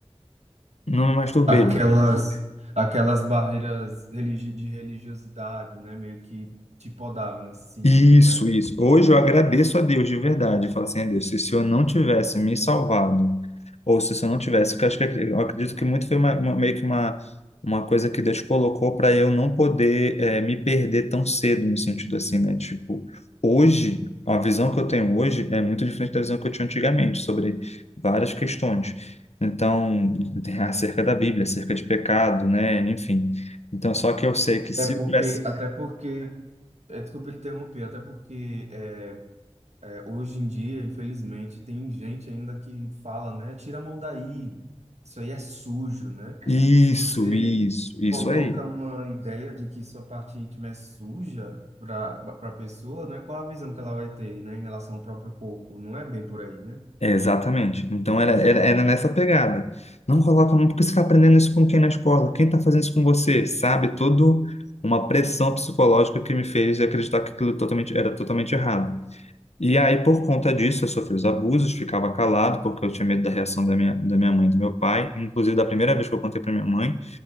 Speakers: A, on the left; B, on the right.
A: não me masturbei.
B: Aquelas, aquelas barreiras religi de religiosidade, né? Meio que te podava nesse sentido,
A: Isso,
B: né?
A: isso. Hoje eu agradeço a Deus de verdade. Falo assim, a Deus, se o Senhor não tivesse me salvado, ou se o Senhor não tivesse, porque eu acho que eu acredito que muito foi uma, uma- meio que uma, uma coisa que Deus colocou para eu não poder eh, me perder tão cedo, no sentido assim, né? Tipo, hoje, a visão que eu tenho hoje é muito diferente da visão que eu tinha antigamente sobre várias questões. Então, tem <laughs> acerca da Bíblia, acerca de pecado, né? Enfim. Então, só que eu sei que se
B: É porque,
A: eu tivesse.
B: até porque. É, Desculpa interromper, até porque é, é, hoje em dia, infelizmente, tem gente ainda que fala, né? Tira a mão daí, isso aí é sujo, né?
A: Isso,
B: Se você
A: isso, isso
B: coloca
A: aí.
B: uma ideia de que sua parte íntima é suja para para a pessoa, né? Qual a visão que ela vai ter, né, em relação ao próprio corpo? Não é bem por aí, né?
A: É, exatamente. Então era, era, era nessa pegada. Não coloca a mão, porque você está aprendendo isso com quem na escola? Quem está fazendo isso com você? Sabe? Todo uma pressão psicológica que me fez acreditar que aquilo totalmente, era totalmente errado. E aí, por conta disso, eu sofri os abusos, ficava calado, porque eu tinha medo da reação da minha, da minha mãe e do meu pai. Inclusive, da primeira vez que eu contei para minha mãe,